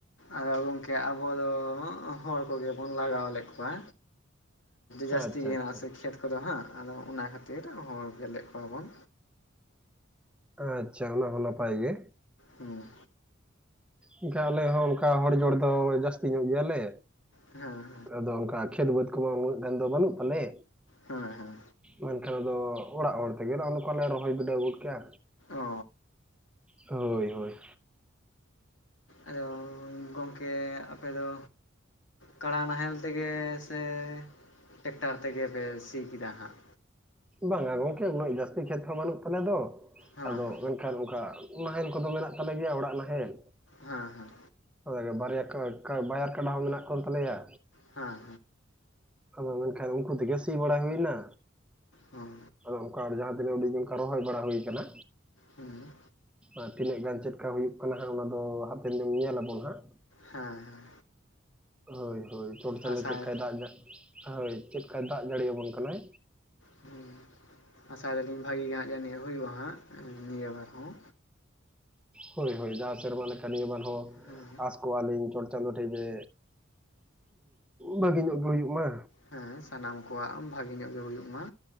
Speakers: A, on the left; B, in the centre.
A: ᱟᱫᱚ ᱜᱚᱢᱠᱮ ᱟᱵᱚ ᱫᱚ ᱦᱚᱲ ᱠᱚᱜᱮ ᱵᱚᱱ ᱞᱟᱜᱟᱣ ᱞᱮᱫ ᱠᱚᱣᱟ ᱡᱟᱹᱥᱛᱤ
B: ᱟᱪᱪᱷᱟ
A: ᱜᱮ ᱦᱮᱱᱟᱜᱼᱟ
B: ᱟᱪᱪᱷᱟ
A: ᱥᱮ ᱠᱷᱮᱛ ᱠᱚᱫᱚ ᱦᱟᱸᱜ ᱟᱫᱚ ᱚᱱᱟ ᱠᱷᱟᱹᱛᱤᱨ ᱦᱚᱲ ᱜᱮᱞᱮᱫ ᱠᱚᱣᱟᱵᱚᱱ
B: ᱟᱪᱪᱷᱟ ᱚᱱᱟ ᱦᱚᱸ ᱱᱟᱯᱟᱭ ᱜᱮ,
A: ᱦᱩᱸ
B: ᱮᱱᱠᱟ ᱟᱞᱮ ᱦᱚᱸ ᱚᱱᱠᱟ ᱦᱚᱲ ᱡᱚᱲ ᱫᱚ ᱡᱟᱹᱥᱛᱤ ᱧᱚᱜ ᱜᱮᱭᱟᱞᱮ
A: ᱦᱮᱸ
B: ᱟᱫᱚ ᱚᱱᱠᱟ ᱠᱷᱮᱛ ᱵᱟᱹᱫᱽ ᱠᱚᱢᱟ ᱩᱱᱟᱹᱜ ᱜᱟᱱ ᱫᱚ ᱵᱟᱹᱱᱩᱜ ᱛᱟᱞᱮ,
A: ᱦᱮᱸ ᱦᱮᱸ ᱦᱮᱸ
B: ᱢᱮᱱᱠᱷᱟᱱ ᱟᱫᱚ ᱚᱲᱟᱜ ᱦᱚᱲ ᱛᱮᱜᱮ ᱞᱮ ᱚᱱᱠᱟ ᱞᱮ ᱨᱚᱦᱚᱭ ᱵᱤᱰᱟᱹᱣ ᱜᱚᱫ ᱠᱮ-ᱟ
A: ᱚ
B: ᱦᱳᱭ ᱦᱳᱭ
A: ᱟᱫᱚ ᱜᱚᱢᱠᱮ ᱟᱯᱮᱫᱚ ᱠᱟᱲᱟ ᱱᱟᱦᱮᱞ ᱛᱮᱜᱮ ᱥᱮ ᱴᱮᱠᱴᱟᱨ ᱛᱮᱜᱮ ᱯᱮ ᱥᱤ ᱠᱮᱫᱟ ᱦᱟᱸᱜ
B: ᱵᱟᱝ-ᱟ ᱜᱚᱢᱠᱮ ᱩᱱᱟᱹᱜ ᱡᱟᱹᱥᱛᱤ ᱠᱷᱮᱛ ᱦᱚᱸ ᱵᱟᱹᱱᱩᱜ ᱛᱟᱞᱮ ᱫᱚ
A: ᱦᱮᱸ
B: ᱟᱫᱚ ᱟᱨ ᱚᱱᱠᱟ ᱱᱟᱦᱮᱞ ᱠᱚᱫᱚ ᱢᱮᱱᱟᱜ ᱛᱟᱞᱮ ᱜᱮᱭᱟ ᱚᱲᱟᱜ ᱱᱟᱦᱮᱞ
A: ᱦᱮᱸ ᱦᱮᱸ
B: ᱦᱳᱭ ᱵᱟᱨᱭᱟ ᱠᱟᱴ ᱠᱟᱴ ᱵᱟᱭᱟᱨ ᱠᱟᱰᱟ ᱦᱚᱸ ᱢᱮᱱᱟᱜ ᱠᱚᱱ ᱛᱟᱞᱮᱭᱟ
A: ᱦᱮᱸ
B: ᱟᱫᱚ ᱢᱮᱱᱠᱷᱟᱱ ᱩᱱᱠᱩ ᱛᱮᱜᱮ ᱥᱤ ᱵᱟᱲᱟ ᱦᱩᱭᱮᱱᱟ,
A: ᱚᱸ
B: ᱟᱫᱚ ᱚᱱᱠᱟ ᱡᱟᱦᱟ ᱛᱤᱱᱟᱹᱜ ᱟᱹᱰᱤᱡ ᱚᱱᱠᱟ ᱨᱚᱦᱚᱭ ᱵᱟᱲᱟ ᱦᱩᱭ ᱟᱠᱟᱱᱟ,
A: ᱦᱩᱸ
B: ᱟᱨ ᱛᱤᱱᱟᱹᱜ ᱜᱟᱱ ᱪᱮᱫᱠᱟ ᱦᱩᱭᱩᱜ ᱠᱟᱱᱟ ᱦᱟᱸᱜ ᱚᱱᱟ ᱫᱚ ᱦᱟᱯᱮᱱ ᱫᱤᱱ ᱧᱮᱞ ᱟᱵᱚᱱ ᱦᱟᱸᱜ,
A: ᱦᱮᱸ ᱦᱮᱸ
B: ᱦᱳᱭ ᱦᱳᱭ ᱪᱚᱴ
A: ᱟᱥᱟᱭ
B: ᱪᱟᱸᱫᱳ ᱪᱮᱫᱠᱟᱭ ᱫᱟᱜ ᱦᱳᱭ ᱪᱮᱫᱠᱟᱭ ᱫᱟᱜ ᱡᱟᱹᱲᱤᱭᱟᱵᱚᱱ ᱠᱟᱱᱟᱭ
A: ᱦᱩᱸ ᱟᱥᱟᱭ ᱫᱟᱞᱤᱧ ᱵᱷᱟᱹᱜᱤ ᱜᱮ ᱦᱟᱸᱜ ᱡᱟᱹᱱᱤᱡ ᱦᱩᱭᱩᱜᱼᱟ ᱦᱟᱸᱜ ᱱᱤᱭᱟᱹ ᱵᱟᱨ ᱦᱚᱸ,
B: ᱦᱳᱭ ᱦᱳᱭ ᱡᱟᱦᱟᱸ ᱥᱮᱨᱢᱟ ᱞᱮᱠᱟ ᱱᱤᱭᱟᱹ ᱵᱟᱨ ᱦᱚᱸ
A: ᱦᱮᱸ
B: ᱟᱸᱥ ᱠᱚᱜ ᱟᱹᱞᱤᱧ ᱪᱚᱴ ᱪᱟᱸᱫᱳ ᱴᱷᱮᱡ ᱡᱮ ᱵᱷᱟᱜᱤ ᱧᱚᱜ ᱜᱮ ᱦᱩᱭᱩᱜ ᱢᱟ
A: ᱦᱮᱸ ᱥᱟᱱᱟᱢ ᱠᱚᱣᱟᱜ ᱵᱷᱟᱜᱤ ᱧᱚᱜ ᱜᱮ ᱦᱩᱭᱩᱜ ᱢᱟ